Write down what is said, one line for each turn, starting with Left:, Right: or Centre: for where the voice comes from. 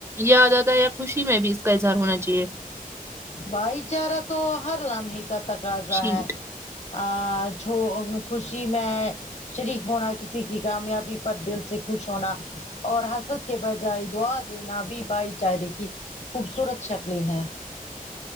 Right: یاد آتا یا خوشی میں بھی اس کا اظہار ہونا چاہیے
Left: بھائی چارا تو ہر لمحے کا تقاضا
Right: شیٹ
Left: ہے آ چو خوشی میں شریک ہونا کسی کی کامیابی پر دل سے خوش ہونا اور حست کے بج جائی دعا دینا بھی بھائی چارے کی خوبصورت شکلیں ہیں